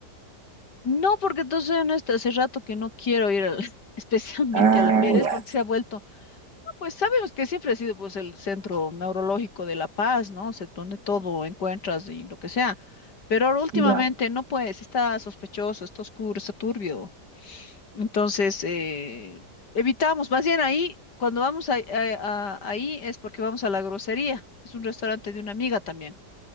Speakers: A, on the left; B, on the right.
A: No, porque entonces en este hace rato que no quiero ir al- <laughs> especialmente
B: Ah,
A: a la Pérez
B: ya,
A: porque se ha vuelto, no, pues sabemos que siempre ha sido pues el centro neurológico de La Paz, ¿no? O sea, donde todo encuentras y lo que sea. Pero ahora últimamente
B: ya,
A: no puedes está sospechoso, está oscuro, está turbio. Entonces, eh, evitamos, más bien ahí, cuando vamos a- a- a- ahí es porque vamos a La Grosería, es un restaurante de una amiga también.